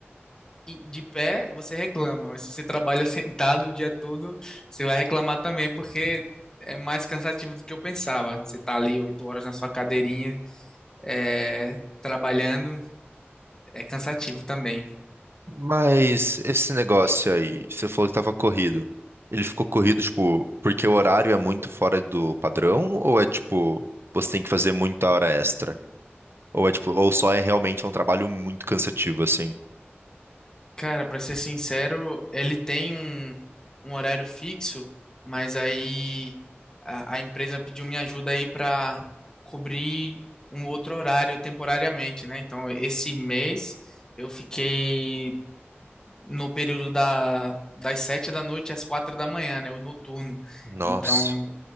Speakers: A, on the left (about 15°); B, on the right (about 70°).
A: e de pé você reclama, mas se você trabalha <laughs> sentado o dia todo, você vai reclamar também, porque é mais cansativo do que eu pensava. Você tá ali oito horas na sua cadeirinha, é, trabalhando, é cansativo também.
B: Mas esse negócio aí, você falou que tava corrido. Ele ficou corrido, tipo, porque o horário é muito fora do padrão? Ou é tipo, você tem que fazer muita hora extra? Ou é tipo, ou só é realmente um trabalho muito cansativo, assim?
A: Cara, para ser sincero, ele tem um, um horário fixo, mas aí a, a empresa pediu minha ajuda aí para cobrir um outro horário temporariamente, né? Então, esse mês eu fiquei no período da, das sete da noite às quatro da manhã, né? O noturno.
B: Nossa,
A: Então